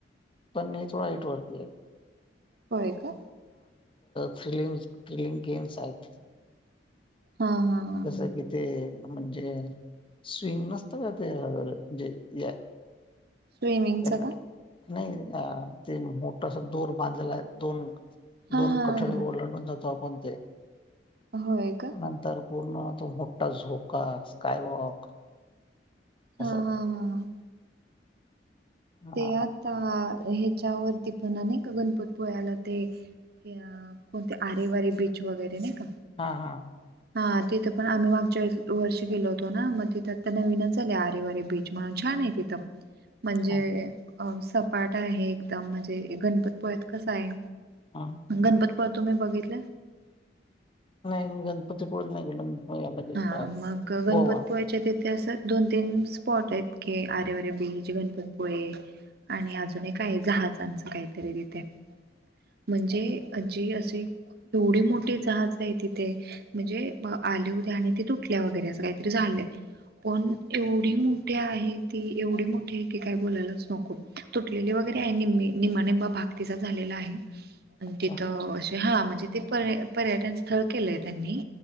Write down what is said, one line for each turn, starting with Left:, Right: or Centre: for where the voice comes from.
Left: पण हे थोड हाईट वरती हाय.
Right: होय का,
Left: थ्रलिंग थ्रलिंग गेम्स आहेत
Right: हा, हा हा
Left: जसं कि ते म्हणजे स्विंग नसत का ते जे या
Right: स्विमिंगच
Left: त्याला
Right: का?
Left: नाही ते मोठा अस दोर बांधलेला आहे दोन
Right: हा
Left: दोन
Right: हा
Left: कठळे ओलांडून जात. स्थापन ते
Right: होय का.
Left: नंतर पूर्ण तो मोठा झोका, स्कायवॉक
Right: हा
Left: असं
Right: हा हा ह
Left: हा
Right: ते आता ह्याच्यावरती पण अ नाही का गणपती पोळ्याला ते कोणते आरेवारी बीच वगैरे नाही का.
Left: हा हा
Right: हा तिथं पण आम्ही मागच्या वर्षी गेलो होतो. ना मग तिथे आता नवीनच झाले आरे वारे बीच म्हणून छान आहे तिथं म्हणजे
Left: अच्छा
Right: अ सपाट आहे एकदम म्हणजे गणपती पोळ्यात कसा आहे.
Left: हा
Right: गणपतीपुळ्यात तुम्ही बघितलं
Left: नाही मी गणपतीपुळेला नाही गेलो मी. पण याला गेलेलो
Right: हा
Left: आहे
Right: मग गणपतीपुल्याच्या
Left: गोवा
Right: ते ते असं दोन तीन स्पॉट आहेत की आरेवारे बीच, गणपतीपुळे. आणि अजूनही काय जहाजांचं काहीतरी तिथे म्हणजे आजी असे थोडी मोठी जहाज आहे तिथे म्हणजे आल आणि ते तुटल्या वगैरे असं काहीतरी झालं पण एवढी मोठी आहे ती एवढी मोठी आहे की काही बोलायलाच नको तुटलेली व वगैरे नि निमाणेबा भागतीचा झालेला आहे आणि
Left: अच्छा
Right: तिथं असे हा म्हणजे ते पर्यटन स्थळ केलंय त्यांनी